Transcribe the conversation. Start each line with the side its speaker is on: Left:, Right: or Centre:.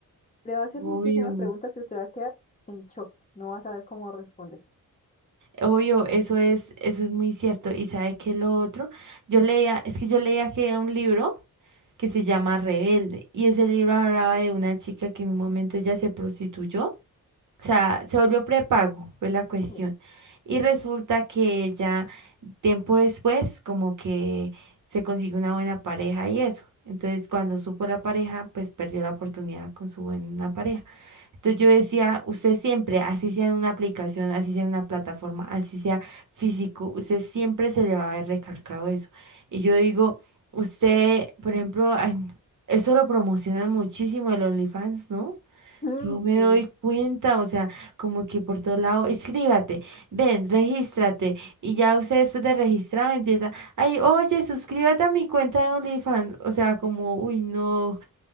Left: Le va a hacer
Right: Obvio.
Left: muchísimas preguntas que usted va a quedar en shock, no va a saber cómo responder.
Right: Obvio, eso es, eso es muy cierto. ¿Y sabe qué es lo otro? Yo leía, es que yo leía que era un libro que se llama Rebelde, y ese libro hablaba de una chica que en un momento ya se prostituyó, o sea, se volvió prepago, fue la cuestión.
Left: Sí.
Right: Y resulta que ella, tiempo después, como que se consiguió una buena pareja y eso. Entonces, cuando supo la pareja, pues perdió la oportunidad con su buena pareja. Entonces yo decía, usted siempre, así sea en una aplicación, así sea en una plataforma, así sea físico, usted siempre se le va a haber recalcado eso. Y yo digo, usted, por ejemplo, ay, eso lo promocionan muchísimo el OnlyFans, ¿no?
Left: Mm,
Right: Yo me
Left: sí.
Right: doy cuenta, o sea, como que por todo lado, escríbate, ven, regístrate. Y ya usted después de registrado empieza, ay, oye, suscríbete a mi cuenta de OnlyFans. O sea, como, uy, no.